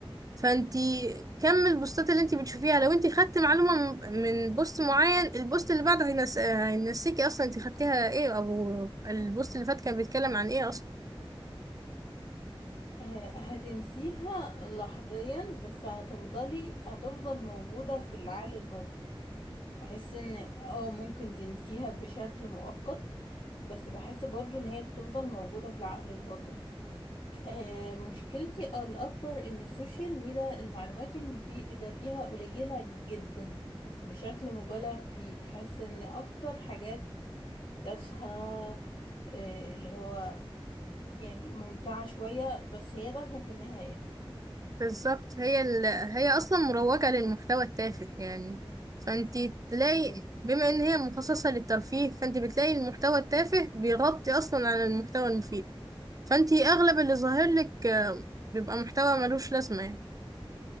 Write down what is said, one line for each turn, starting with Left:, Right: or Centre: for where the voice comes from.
Right: فانت كم البوستات اللي انت بتشوفيها لو انت خدت معلومة م- من بوست معين البوست اللي بعده هينس... هينسيكي اصلا انت خدتيها ايه او البوست اللي فات كان بيتكلم عن ايه اصلا
Left: أه هتنسيها لحظيا بس هتفضلي هتفضل موجودة في العقل الباطن بحس ان اه ممكن تنسيها بشكل مؤقت بس بحس برضو ان هي بتفضل موجودة في العقل الباطن آه مشكلتي الأكبر ان السوشيال ميديا المعلومات المفيدة فيها قليلة جدا بشكل مبالغ فيه بحس ان اكتر حاجات تافهة آه اللي هو يعني ممتعة شوية بس هي تافهة في النهاية
Right: بالظبط هي ال... هي اصلا مروجة للمحتوى التافه يعني فانت تلاقي
Left: ب-
Right: بما ان هي مخصصة للترفيه فانت بتلاقي المحتوى التافه بيغطي اصلا على المحتوى المفيد فانت اغلب اللي ظاهر لك آه، بيبقى محتوى ملوش لازمة يعني